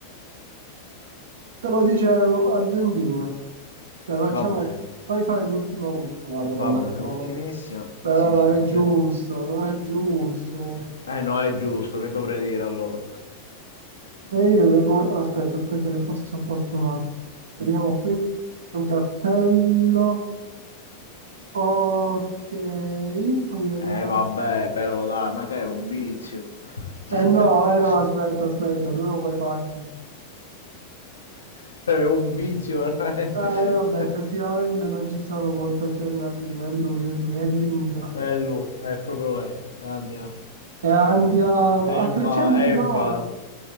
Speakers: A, on the right; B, on the left.
A: Te lo dicevo, Argentina. Dai, facciamo...
B: Va bene,
A: Fai fare l'ultima ultima domanda,
B: va bene,
A: però...
B: l'ultimissima.
A: Però
B: Sì, sì,
A: non
B: così.
A: è giusto,
B: è-
A: non è giusto.
B: Eh no, è giusto, che dovrei dire allora?
A: E io... che co- Aspetta, aspetta, che forse sono fortunato. Vediamo qui. C'è Un cartello. Ok. Fammi vedere
B: Eh
A: un attimo.
B: vabbè, però dai, ma che è un vizio. <laughs>
A: Eh no, eh no, aspetta, aspetta, tu lo fai facile.
B: Cioè, è un vizio veramente.
A: Ah, eh, vabbè, effettivamente
B: <laughs>
A: non ci sono molte alternative. È lui, è lui, è l'India.
B: È lui, è proprio lei. Eh, andiamo.
A: E andiamo
B: È infatti,
A: a 300 km.
B: è infatti.